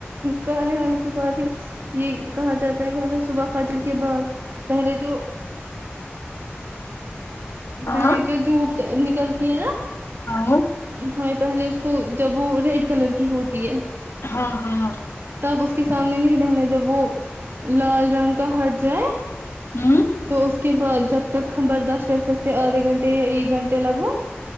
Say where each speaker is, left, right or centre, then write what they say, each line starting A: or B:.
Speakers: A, on the right; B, on the left.
A: کالے ہونے کی بات نہیں یہ کہا جاتا ہے کہ مطلب صبح فجر کے بعد پہلے جو
B: ہاں
A: پہلے جو دھوپ نکلتی ہے نا
B: ہاں
A: ہمیں پہلے اس کو جب وہ ریڈ کلر کی ہوتی ہے
B: ہاں ہاں
A: تب اس کے سامنے نہیں رہنا جب وہ لال رنگ کا ہٹ جائے
B: ھمم
A: تو اس کے بعد جب تک ہم برداشت کر سکتے آدھے گھنٹے یا ایک گھنٹے لگبھگ